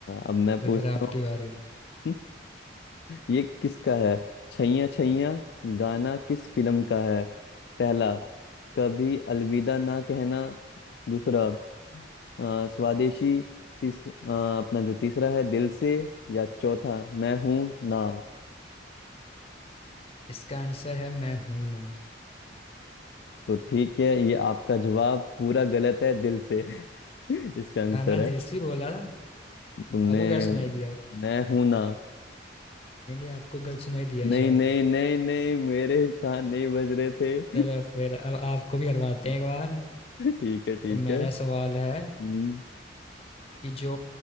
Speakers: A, on the left; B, on the left.
A: अब मैं
B: चलो
A: पूछता
B: फिर आपके
A: हूँ
B: बारे में
A: <laughs> ये किसका है छैया छैया गाना किस फिल्म का है पहला कभी अलविदा ना कहना दूसरा अ, स्वदेशी तीस, अ, अपना जो तीसरा है दिल से या चौथा मैं हूं ना
B: इसका आंसर है मैं हूं ना
A: तो ठीक है ये आपका जवाब पूरा गलत है दिल से <laughs> इसका आंसर
B: हाँ मैं
A: है
B: दिल से ही बोला था
A: तुमने
B: आपको क्या सुनाई दिया
A: मैं हूं ना
B: नहीं नहीं आपको गलत सुनाई दिया
A: नहीं
B: शायद
A: नहीं नहीं नहीं मेरे कान नहीं बज रहे थे <laughs>
B: चलो फिर अब आपको भी हरवाते हैं एक बार
A: ठीक है ठीक
B: तो मेरा
A: है
B: सवाल है
A: हम्म
B: कि जो